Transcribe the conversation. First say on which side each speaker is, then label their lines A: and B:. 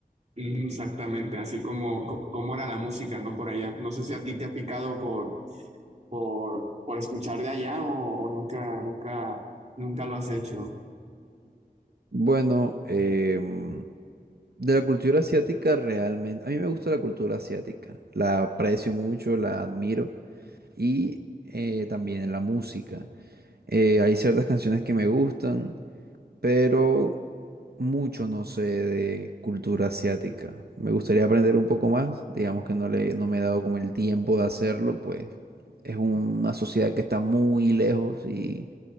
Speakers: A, on the right (about 45°); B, on the right (about 80°).
A: mm, exactamente, así como, co- cómo era la música, ¿no? Por allá. No sé si a ti te ha picado por, por, por escuchar de allá o, o nunca, nunca, nunca lo has hecho.
B: Bueno, em, de la cultura asiática realmente, a mí me gusta la cultura asiática, la aprecio mucho, la admiro y eh, también la música. Eh, hay ciertas canciones que me gustan, pero mucho no sé de cultura asiática. Me gustaría aprender un poco más, digamos que no le, no me he dado como el tiempo de hacerlo, pues es una sociedad que está muy lejos y